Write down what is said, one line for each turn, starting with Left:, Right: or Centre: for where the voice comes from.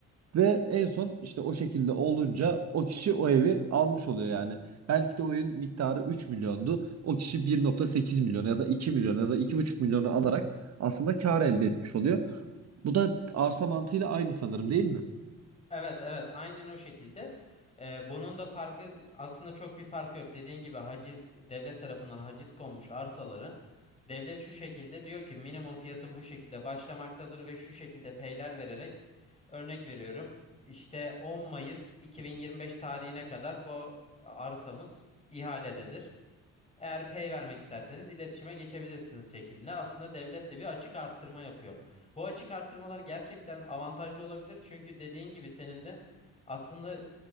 Right: Ve en son işte o şekilde olunca o kişi o evi almış oluyor yani. Belki de oyun miktarı 3 milyondu. O kişi 1.8 milyon ya da 2 milyon ya da 2,5 milyonu alarak aslında kar elde etmiş oluyor. Bu da arsa mantığıyla aynı sanırım değil mi?
Left: Evet evet aynen o şekilde. Ee, bunun da farkı aslında çok bir farkı yok. Dediğin gibi haciz devlet tarafından haciz konmuş arsaları devlet şu şekilde diyor ki minimum fiyatın bu şekilde başlamaktadır ve şu şekilde peyler vererek örnek veriyorum. İşte 10 Mayıs 2025 tarihine kadar bu arsamız ihalededir. Eğer pay vermek isterseniz iletişime geçebilirsiniz şeklinde. Aslında devlet de bir açık arttırma yapıyor. Bu açık arttırmalar gerçekten avantajlı olabilir. Çünkü dediğin gibi senin de aslında